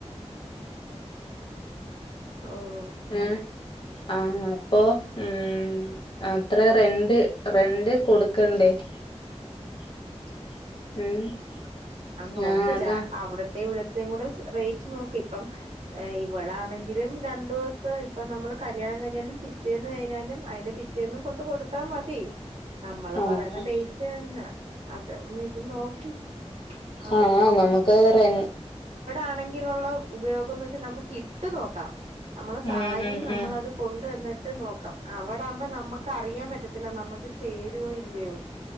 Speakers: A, on the left; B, on the right.
A: <unintelligible>
B: ഓ
A: <unintelligible> <unintelligible> <unintelligible> <inaudible>
B: <inaudible>
A: ഞാൻ അതാ
B: <inaudible> <inaudible>
A: ആഹ്
B: <inaudible> <inaudible>
A: ആഹ് നമുക്ക് റെ
B: ആണെങ്കിലുള്ള ഉപയോഗംന്ന് വെച്ചാ നമുക്ക് ഇട്ട് നോക്കാ. നമ്മളെ
A: ഉം
B: സാരിയും
A: ഉം
B: നമ്മളത്
A: ഉം
B: കൊണ്ട് വന്ന് ട്ട് നോക്കാം അവടാകുമ്പോ നമുക്ക് അറിയാൻ പറ്റത്തില്ല നമ്മുക്ക് ചേരുവോ ഇല്ലയോന്ന്.